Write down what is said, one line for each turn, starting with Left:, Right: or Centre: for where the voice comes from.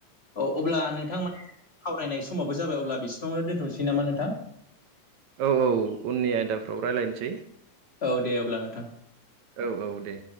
Left: औ अब्ला नोंथां माने सावरायनाय समावबो जाबाय अब्ला बिसिमावनो दोन्थ'नोसै नामा नोंथां।
Right: औ औ उननि आयदाफ्राव रायज्लायनोसै।
Left: औ दे अब्ला नोंथां।
Right: औ औ दे।